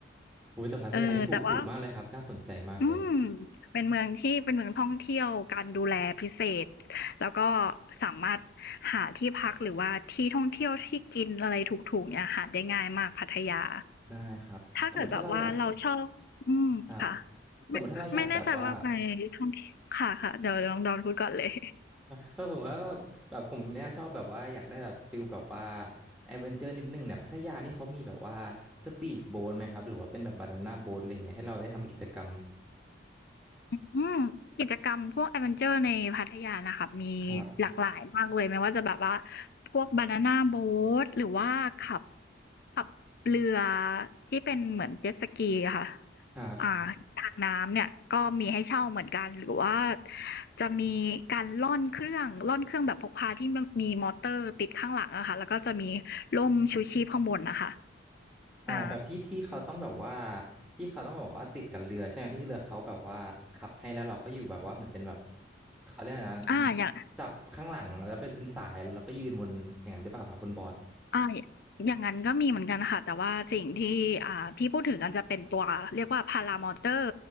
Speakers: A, in the centre; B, on the left (about 55°).
A: โอ้ยแต่พัทยานี่ถูกถูกมากเลยครับน่าสนใจมากเลย
B: เออ แต่ว่า อืมเป็นเมืองที่เป็นเมืองท่องเที่ยวการดูแลพิเศษแล้วก็สามารถหาที่พักหรือว่าที่ท่องเที่ยวที่กินอะไรถูกๆเนี่ยหาได้ง่ายมากพัทยา
A: ได้ครับสมมติถ้าเราอยาก
B: ถ้าเกิดแบบว่าเราชอบอืมค่ะ
A: ครับสมมติถ้าเราอยากแบบว่า
B: ไม่ไม่แน่ใจว่าไปท่องเที่ยวค่ะค่ะเดี๋ยวลองดอนพูดก่อนเลย
A: <laughs> ถ้าผมว่าแบบแบบผมเนี่ยชอบแบบว่าอยากได้แบบฟิลแบบว่าแอดเวนเจอร์นิดนึงเนี่ยพัทยานี่เขามีแบบว่าสปีดโบ๊ทไหมครับหรือว่าเป็นแบบบานาน่าโบ๊ทอะไรอย่างเงี้ยให้เราได้ทำกิจกรรม
B: อืมกิจกรรมพวกแอดเวนเจอร์ในพัทยานะคะมี
A: ครับ
B: หลากหลายมากเลยไม่ว่าจะแบบว่าพวกบานาน่าโบ๊ทหรือว่าขับ ขับเรือที่เป็นเหมือนเจ็ตสกีอะค่ะ
A: ครับ
B: อ่าทางน้ำเนี่ยก็มีให้เช่าเหมือนกันหรือว่าจะมีการล่อนเครื่องล่อนเครื่องแบบพกพาที่มันมีมอเตอร์ติดข้างหลังอะค่ะแล้วก็จะมีร่มชูชีพข้างบนนะคะ
A: อ๋อแบบที่ที่เขาต้องแบบว่า
B: อ่า
A: ที่เขาต้องแบบว่าติดกับเรือใช่ไหมที่เรือเขาแบบว่าขับให้แล้วเราก็อยู่แบบว่าเหมือนเป็นแบบเขาเรียกอะไรนะ
B: อ่าอย่าง
A: จับข้างหลังแล้วเป็นเป็นสายแล้วเราก็ยืนบนอย่างนั้นหรือเปล่าครับบนบอร์ด
B: อ่าอย่างนั้นก็มีเหมือนกันค่ะแต่ว่าสิ่งที่อ่าพี่พูดถึงกันจะเป็นตัวเรียกว่าพารามอเตอร์